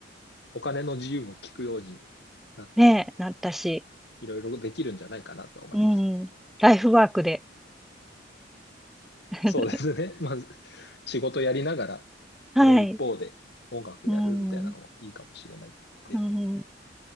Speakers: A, on the left; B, in the centre.
A: お金の自由も聞くようになって、
B: ねえ、なったし。
A: いろいろできるんじゃないかなと思います。
B: うん。ライフワークで。<laughs>
A: そうですね、<laughs> まず、仕事やりながら、
B: はい。
A: もう一方で音楽やるみたいなのもいいかもしれないですね。
B: うん。うん、